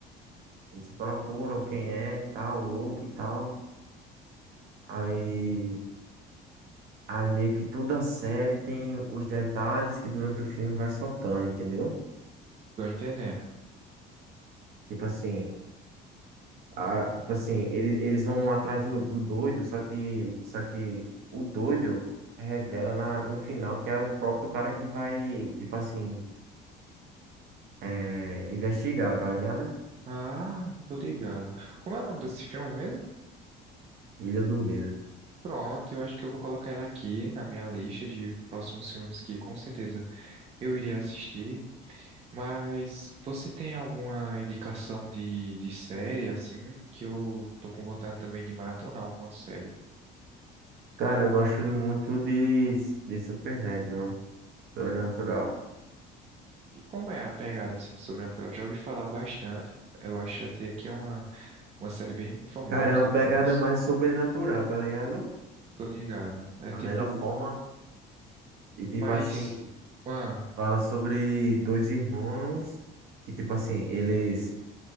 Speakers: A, on the right; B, on the right.
A: eles procuram quem é e tal, louco e tal. Aí, aí meio que toda a série tem os detalhes que durante o filme vai soltando, entendeu?
B: Tô entendendo.
A: Tipo assim, Ah, tipo assim, eles, eles vão atrás do, do doido, só que, só que o doido revela na, no final que é o próprio cara que vai, tipo assim, é, investigar, tá ligado?
B: Ah, tô ligado. Como é o nome desse filme mesmo?
A: Ilha do Medo.
B: Pronto, eu acho que eu vou colocar ela aqui na minha lista de próximos filmes que com certeza eu iria assistir. Mas você tem alguma indicação de, de série, assim, que eu tô com vontade também de maratonar alguma série?
A: Cara, eu gosto de muito de, de Supernatural, Sobrenatural.
B: E como é a pegada, assim, de Sobrenatural? Eu já ouvi falar bastante. Eu acho até que é uma Uma série bem famosa
A: Cara, é
B: e
A: uma
B: tudo
A: pegada
B: mais.
A: mais sobrenatural, tá ligado?
B: Tô ligado. É
A: A
B: tipo,
A: melhor forma. E tipo
B: mas.
A: assim,
B: Ah,
A: fala sobre dois irmãos que, tipo assim, eles